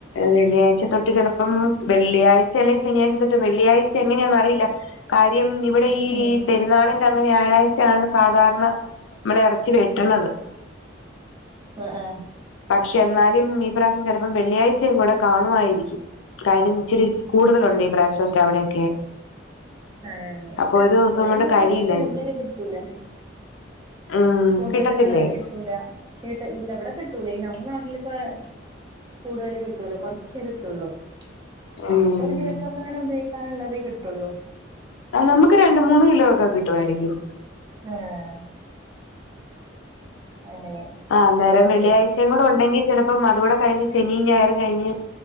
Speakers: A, on the left; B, on the right.
A: വെള്ളിയാഴ്ച തൊട്ട് ചെലപ്പം വെള്ളിയാഴ്ച അല്ലെ ശനിയാഴ്ച തൊട്ട് വെള്ളിയാഴ്ച എങ്ങനെയാണന്ന് അറിയില്ല കാര്യം ഇവിടെ ഈ
B: ഉം
A: പെ പിറന്നാളിന്റെ അന്ന് വ്യാഴാഴ്ചയാണ് സാധാരണ നമ്മൾ ഇറച്ചി വെട്ടണത് --
B: ആഹ് ആഹ്
A: പക്ഷെ എന്നാലും ഈ പ്രാവശ്യം ചെലപ്പം വെള്ളിയാഴ്ചയും കൂടെ കാണുവായിരിക്കും കാര്യം ഇച്ചിരി കൂടുതലുണ്ട് ഈ പ്രാവശ്യക്കെ അവിടെയൊക്കെ
B: ആഹ്
A: അപ്പൊ ഒരു ദിവസം
B: ഇവിടെന്നും
A: കൊണ്ട്
B: അങ്ങനെ
A: കഴിയില്ലായിരിക്കും
B: കൂടുതല് കിട്ടൂല
A: ഉം
B: കൂടുതലും
A: കിട്ടത്തില്ലേ
B: അങ്ങനെ കിട്ടൂല കേട്ട ഇല്ല എവിടെ കിട്ടൂല. ഇനി നമ്മടെ നാട്ടിലിപ്പൊ കൂടുതല് കിട്ടൂല, കൊറച്ചെ കിട്ടുള്ളൂ
A: ഉം
B: നമുക്ക് ഒരു ദിവസൊക്കെ ഇങ്ങനെ ഉപയോഗിക്കാനുള്ളതേ കിട്ടുള്ളൂ
A: ആഹ് നമുക്ക് രണ്ട് മൂന്ന് കിലോ ഒക്കെ കിട്ടുവായിരിക്കും
B: ആഹ് അങ്ങനെ
A: ആഹ് അന്നേരം
B: അത് ശരി
A: വെള്ളിയാ ഴ്ചയും കൂടെ ഒണ്ടെങ്കി ചെലപ്പോം അതൂടെ കഴിഞ്ഞ് ശനിയും ഞായറും കഴിഞ്ഞ്